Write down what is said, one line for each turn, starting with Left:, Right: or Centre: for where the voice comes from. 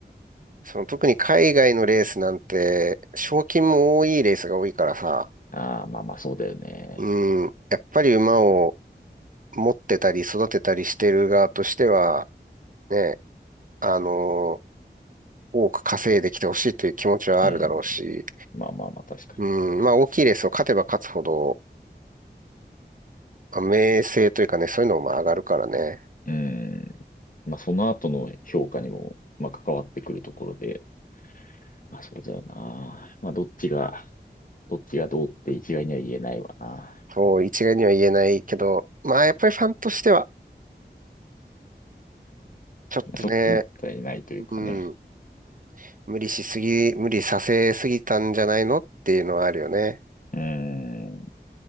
Right: その特に海外のレースなんて、賞金も多いレースが多いからさ、
Left: ああ、まあまあそうだよね。
Right: うん、やっぱり馬を持ってたり育てたりしてる側としては、ね、あの多く稼いできてほしいという気持ちはあるだろうし、
Left: うん。まあまあまあ確か
Right: うん、まあ大きいレースを勝てば勝つほど、まあ名声というかね、そういうのもまあ上がるからね。
Left: に。うん。まあその後の評価にも、まあ関わってくるところで、まあそうだよな。まあどっちが、どっちがどうって一概には言えないわな。
Right: そう、一概には言えないけど、まあやっぱりファンとしては、ちょっとね、
Left: まあちょっともったいないというかね。
Right: うん無理しすぎ、無理させすぎたんじゃないのっていうのはあるよね。
Left: うーん。